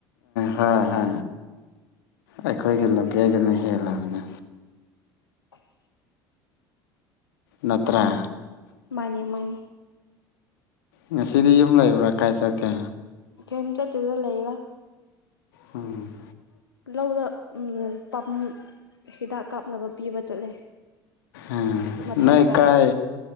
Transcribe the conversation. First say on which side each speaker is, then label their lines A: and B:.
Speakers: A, on the left; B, on the left.
A: ꯍ ꯍ ꯑꯩꯈꯣꯏꯒꯤ ꯂꯣꯀꯦꯜꯒꯤꯅ ꯍꯦꯜꯂꯕꯅꯤ
B: <unintelligible>
A: ꯅꯠꯇ꯭ꯔ
B: ꯃꯥꯅꯦ ꯃꯥꯅꯦ
A: ꯉꯁꯤꯗꯤ ꯌꯨꯝ ꯂꯩꯕ꯭ꯔꯥ ꯀꯥꯏ ꯆꯠꯀꯦ
B: ꯁꯦꯝꯝ ꯆ ꯇꯗ ꯂꯩꯂ
A: ꯎꯝ
B: ꯂꯧꯗ ꯄꯥ ꯍꯤꯗꯥꯛ ꯀꯥꯞꯅꯕ ꯄꯤꯕ ꯆꯠꯂꯦ
A: ꯎꯝ
B: ꯃꯊꯛꯇ
A: ꯅ ꯀꯥꯏ